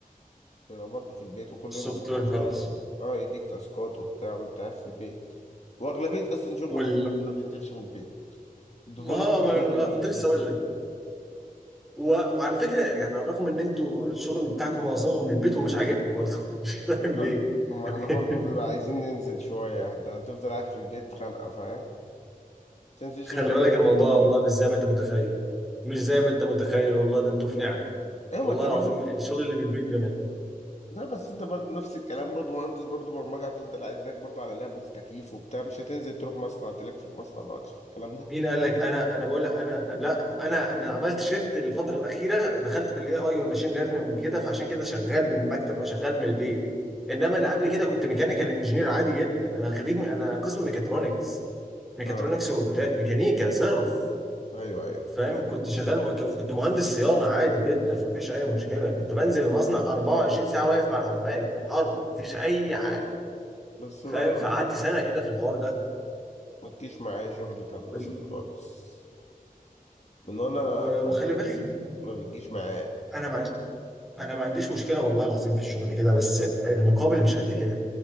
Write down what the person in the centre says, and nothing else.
سوفت
وير
هاوس
وال
ما هو ما
أنا كنت
لسه اقول لك و... وعلى فكره يعني رغم ان انتوا الشغل بتاعكم معظمه من البيت ومش عاجبكم برضه <laughs> مش فاهم
ليه
<laughs>
خلي
بالك الموضوع
والله مش زي ما انت متخيل مش زي ما انت متخيل والله ده انتوا في نعمه
والله
العظيم
الشغل اللي من البيت ده أنا.
مين قال لك انا انا بقول لك انا لا انا انا عملت شيفت الفتره الاخيره دخلت في الاي اي والماشين ليرنينج كده فعشان كده شغال من المكتب او شغال من البيت انما انا قبل كده كنت ميكانيكال انجينير عادي جدا انا خريج انا قسم ميكاترونكس ميكاترونكس
وروبوتات ميكانيكا صرف
فاهم كنت شغال كنت مهندس صيانه عادي جدا مفيش اي مشكله كنت بنزل المصنع 24 ساعه واقف مع العمال في الحرب مفيش اي حاجه
فاهم
فقعدت سنه كده في الحوار ده
وال-
و- وخلي
بالك
انا ما انا ما عنديش مشكله والله العظيم في الشغل كده بس المقابل مش قد كده